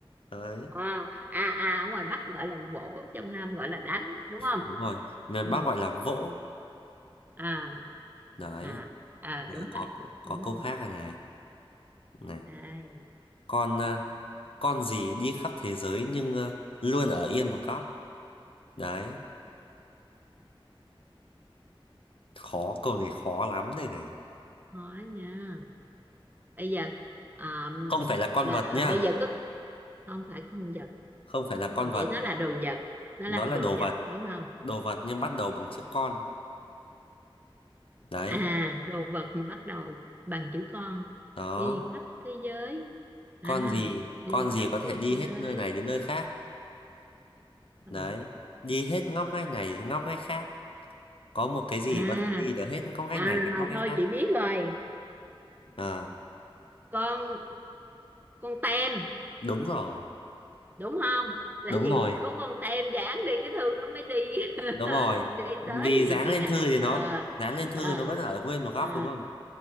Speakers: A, on the left; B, on the right.
A: Đấy.
B: à, à à ở ngoài Bắc gọi là vỗ trong Nam gọi là đánh đúng không
A: đúng rồi miền
B: ừ.
A: Bắc gọi là vỗ
B: à
A: đấy
B: à à
A: Rồi
B: đúng rồi
A: có
B: đúng
A: có câu
B: rồi.
A: khác này này này
B: đây
A: con à, con gì đi khắp thế giới nhưng à, luôn ở yên một góc đấy khó câu này khó lắm đây này
B: nói nha bây giờ à,
A: không phải là con
B: nè,
A: vật nhá
B: bây giờ cứ không phải con vật
A: không phải là con vật
B: vậy nó là đồ vật nó
A: nó
B: là
A: là
B: đồ
A: đồ
B: vật
A: vật
B: đúng không
A: đồ vật nhưng bắt đầu bằng chữ con đấy
B: à đồ vật mà bắt đầu bằng chữ con
A: đó
B: đi khắp thế giới à
A: con gì
B: đi
A: con gì
B: khắp
A: có thể
B: thế
A: đi
B: giới
A: hết nơi này đến nơi khác
B: à
A: đấy đi hết ngóc ngách này đến ngóc ngách khác có một cái gì
B: à,
A: có thể đi được hết ngóc ngách
B: à
A: này đến ngóc ngách
B: thôi
A: khác
B: chị biết rồi
A: ờ
B: con con tem
A: đúng rồi
B: đúng không tại
A: đúng
B: vì
A: rồi
B: có con tem dán đi cái thư nó mới đi <laughs>
A: đúng rồi
B: đi
A: vì
B: tới
A: dán
B: địa chỉ
A: lên thư
B: khác
A: thì nó
B: ờ
A: dán lên thư
B: ờ
A: nó vẫn ở nguyên một góc
B: ờ
A: đúng không